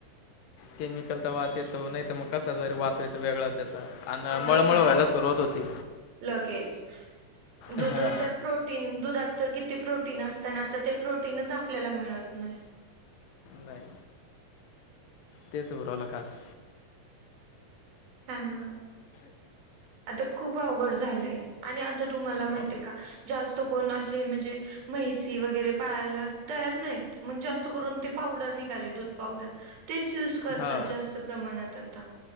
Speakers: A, on the left; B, on the right.
A: केमिकलचा वास येतो नाही तर, मग कसा तरी वास येतो वेगळाच त्याचा. आणि मळमळ
B: वेगळंच
A: व्हायला, सुरुवात होती
B: लगेच. दुध
A: हा.
B: तर प्रोटीन दुधात तर किती प्रोटीन असत ना आता ते प्रोटीनच आपल्याला मिळत नाही
A: नाही तेच बरला खास
B: हा ना आता खूप अवघड झालेय आणि आता तुम्हाला माहती
A: हो
B: आहे का जास्त कोण असे म्हणजे म्हैस वगैरे पाहायला तयार नाहीत मग जास्त करून ते पावडर निघाले दूध पावडर तेच यूज करतात
A: हा
B: जास्त प्रमाणात आता